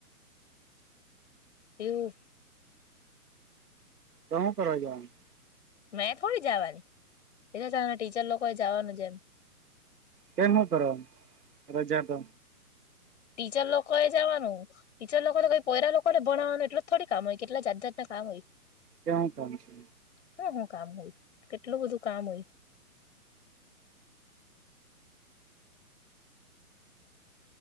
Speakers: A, on the left; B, on the right.
A: એવૂ.
B: તો હું કરવા જાવાનું.
A: મેં થોડી જવાની એ તના ટીચર લોકો એ જવાનું એમ.
B: કેમ હું કરવા રજા તો?
A: ટીચર લોકો એ જવાનું. ટીચર લોકોને કઈ કોયરા લોકોને ભણવાનું એટલું થોડી કામય કેટલા જાત જાતના કામ હોય.
B: કેવું કામ છે?
A: હ હું કામ હોય કેટલું બધું કામ હોય.